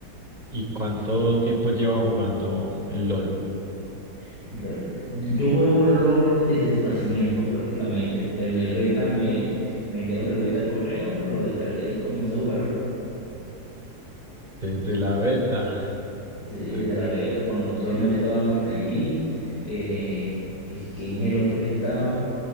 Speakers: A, on the right (about 25°); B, on the left (about 65°).
A: ¿Y cuánto tiempo lleva jugando el LOL?
B: Ya, Yo juego LOL desde su nacimiento prácticamente. En el beta me, me enviaron el beta al correo, lo descargué y comencé a jugarlo.
A: Desde la beta.
B: Sí,
A: Ay,
B: desde la beta, cuando solamente estaba Master Yi, eh, es- ¿quién es el otro que estaba?